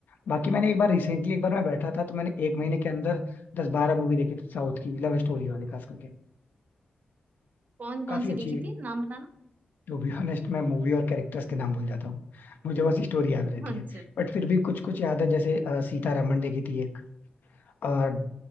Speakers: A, on the left; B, on the right.
A: बाकी मैंने एक बार रिसेंटली एक बार मैं बैठा था तो मैंने एक महीने के अंदर दस बारह मूवी देखी थी साउथ की लव स्टोरी वाले खास करके
B: कौन
A: काफी
B: कौन सी
A: अच्छी
B: देखी
A: है
B: थी नाम बताना
A: टू बी ऑनेस्ट मैं मूवी और कैरेक्टर्स के नाम भूल जाता हूँ मुझे बस स्टोरी याद
B: <laughs>
A: रहती
B: अच्छा
A: है बट फिर भी कुछ कुछ याद है जैसे अ, सीतारमण देखी थी एक और